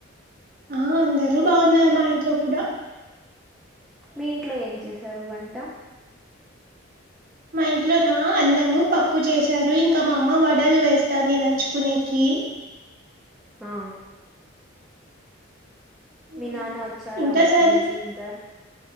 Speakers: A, on the right; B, in the centre.
A: ఆ అందరూ బావున్నారు మా ఇంట్లో కూడా
B: మీ ఇంట్లో ఏం చేసారు వంట
A: మా ఇంట్లో నా అన్నము పప్పు చేసారు ఇంకా మా అమ్మ వడలు వేస్తాంది నంజుకునేకి ఈ
B: ఆ ఆ
A: మ్మ్.
B: మీ నాన్న వచ్చారా
A: ఇంకా
B: వర్క్
A: సరే
B: నుంచి ఇంకా